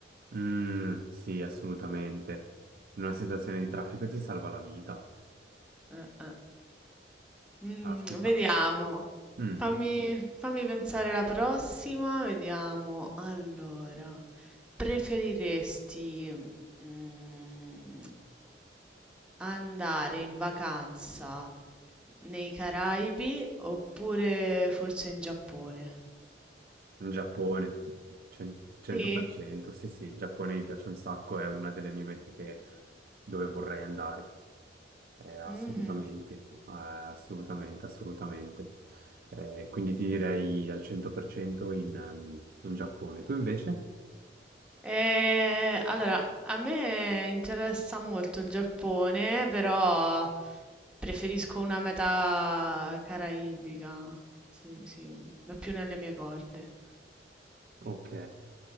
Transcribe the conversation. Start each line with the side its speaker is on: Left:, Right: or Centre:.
Right: Mm, sì, assolutamente. In una situazione di traffico ti salva la vita.
Centre: Eh, eh. Mm,
Right: Caspita.
Centre: vediamo.
Right: Mm,
Centre: Fammi, fammi pensare la prossima. Vediamo. Allora, preferiresti mm, andare in vacanza nei Caraibi oppure forse in Giappone?
Right: in Giappone, cen- 100%.
Centre: Sì.
Right: Sì, sì, il Giappone mi piace un sacco, è una delle mie mete che- dove vorrei andare. Eh, assolutamente,
Centre: Mhm.
Right: eh, assolutamente, assolutamente. Eh, quindi ti direi al 100% in, ehm, in Giappone. Tu invece?
Centre: Eh, allora, a me interessa molto il Giappone, però preferisco una meta caraibica. Sì, sì, è più nelle mie corde.
Right: Ok.